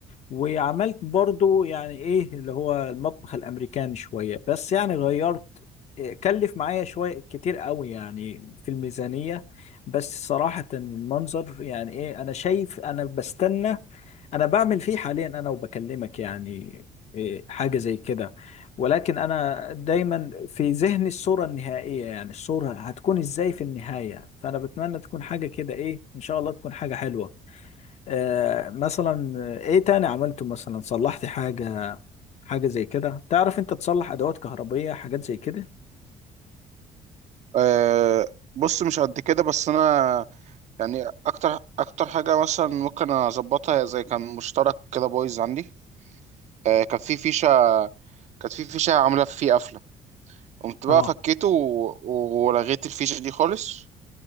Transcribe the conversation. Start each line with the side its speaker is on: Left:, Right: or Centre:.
Left: وعملت برضو يعني ايه اللي هو المطبخ الامريكاني شوية بس يعني غيرت إيه، كلف معايا شوية كتير قوي يعني في الميزانية بس صراحة المنظر يعني ايه انا شايف انا بستنى انا بعمل فيه حاليا انا وبكلمك يعني إيه، حاجة زي كده ولكن انا دايما في ذهني الصورة النهائية يعني الصورة هتكون ازاي في النهاية فانا بتمنى تكون حاجة كده ايه ان شاء الله تكون حاجة حلوة آه مثلا آه، ايه تاني عملته مثلا صلحت حاجة حاجة زي كده تعرف انت تصلح ادوات كهربية حاجات زي كده
Right: أه بص مش قد كده بس أنا يعني أكتر أكتر حاجة مثلا ممكن أظبطها هي زي كان مشترك كده بايظ عندي أه كان في فيشة كانت في فيشة عاملة فيه قفلة قمت بقى
Left: اه
Right: فكيته و... و- ولغيت الفيشة دي خالص